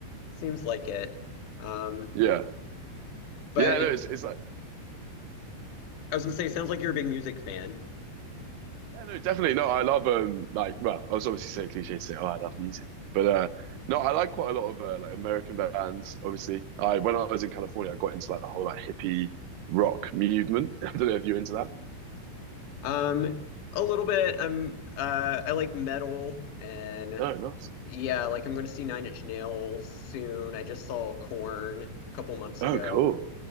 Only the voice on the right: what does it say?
Yeah.
Yeah,
no, it's it's like
Yeah, no, definitely. No, I love um like well, I was obviously so cliche to say, oh, I love music. But uh no, I like quite a lot of uh, like American bands, obviously. I when I was in California I got into like the whole like hippie rock movement. <laughs> I don't know if you're into that.
Oh, nice.
Oh,
cool.